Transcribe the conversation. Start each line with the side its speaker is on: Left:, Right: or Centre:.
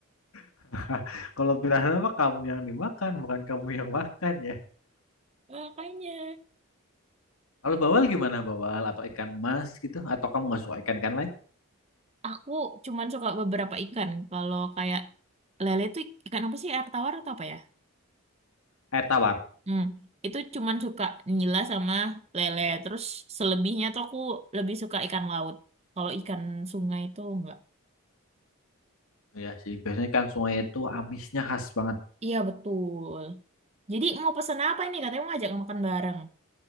Left: <laughs> Kalau piranha mah kamu yang dimakan, bukan kamu yang makan ya.
Right: makanya
Left: Kalau bawal gimana bawal atau ikan emas gitu? Atau kamu nggak suka ikan ikan lain?
Right: aku cuman suka beberapa ikan kalau kayak lele tuh ikan apa sih air tawar atau apa ya
Left: Air tawar.
Right: hmm itu cuman suka nila sama lele terus selebihnya tuh aku lebih suka ikan laut kalau ikan sungai itu enggak
Left: Ya sih, biasanya ikan sungai itu amisnya khas banget.
Right: iya betul jadi mau pesan apa ini katanya mau ngajak makan bareng